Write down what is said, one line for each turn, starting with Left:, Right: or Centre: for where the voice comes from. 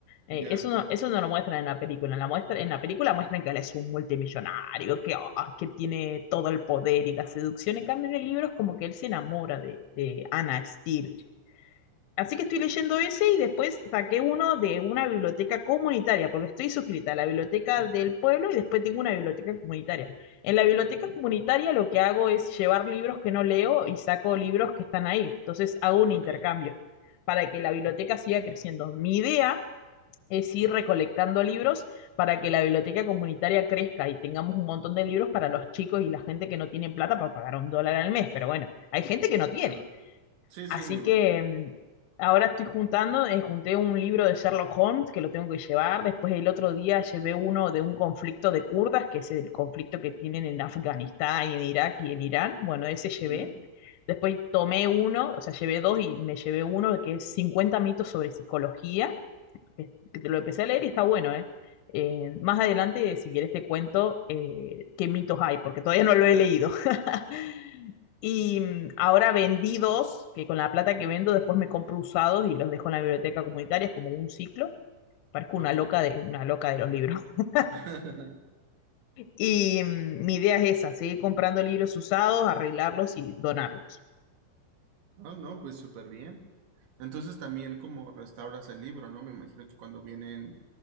Left: Eh,
Right: Ya,
Left: eso no, eso no lo muestran en la película. En la muestra, en la película muestran que él es un multimillonario, que, ah, que tiene todo el poder y la seducción. En cambio, en el libro es como que él se enamora de, de Anna Steele. Así que estoy leyendo ese y después saqué uno de una biblioteca comunitaria, porque estoy suscrita a la biblioteca del pueblo y después tengo una biblioteca comunitaria. En la biblioteca
Right: ok,
Left: comunitaria lo que hago es llevar libros que no leo y saco libros que están ahí. Entonces hago un
Right: ok,
Left: intercambio para que la biblioteca siga creciendo. Mi idea es ir recolectando libros para que la biblioteca comunitaria crezca y tengamos un montón de libros para los chicos y la gente que no tiene plata para pagar un dólar al mes. Pero bueno, hay gente que no tiene.
Right: claro. Sí,
Left: Así
Right: sí, me imagino.
Left: que mm, ahora estoy juntando, eh, junté un libro de Sherlock Holmes que lo tengo que llevar. Después el otro día llevé uno de un conflicto de kurdas, que es el conflicto que tienen en Afganistán y en Irak y en Irán. Bueno, ese llevé.
Right: Ujú,
Left: Después tomé uno, o sea, llevé dos y me llevé uno que es 50 mitos sobre psicología, que, que te lo empecé a leer y está bueno, ¿eh? Eh, más adelante, si quieres, te cuento eh, qué mitos hay, porque todavía no lo he leído. <laughs> Y mm, ahora vendidos, que con la plata que vendo después me compro usados y los dejo en la biblioteca comunitaria, es como un ciclo. Parezco
Right: ok.
Left: una loca de, una loca de los libros. <laughs>
Right: <laughs>
Left: Y mm, mi idea es esa, seguir comprando libros usados, arreglarlos y donarlos.
Right: No, no, pues súper bien. Entonces también como restauras el libro, ¿no? Me imagino que cuando vienen